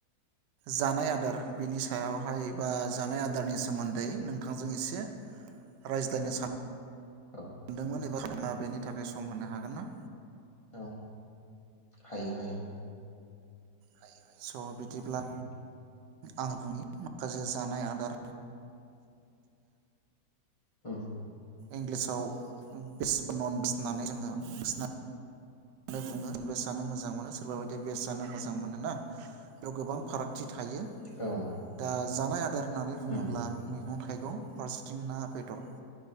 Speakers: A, on the right; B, on the left.
A: जानाय आदार बिनि सायावहाय बा जानाय आदारनि सोमोन्दै नोंथां नोंथांजों एसे रायज्लायनो सानो
B: औ
A: मोनदोंमोन एबा <unintelligible> बेनि थाखाय सम होनो हागोन ना?
B: औ हायो हायो।
A: हायो हायो। थ' बिदिब्ला
B: उम
A: आं बुंनि माखासे जानाय आदार
B: उम
A: इंलिसाव बेस नन बसनानै जोङो बसनो <unintelligible> बुङो। जानो मोजां मोनो सोरबा बायदिया बेस जानो मोजां मोनो ना? बेयाव गोबां फारागथि थायो
B: औ
A: दा जानाय आदार होननानै बुङोब्ला
B: उम
A: मैगं थाइगं थाइगं फारसेथिं ना बेदर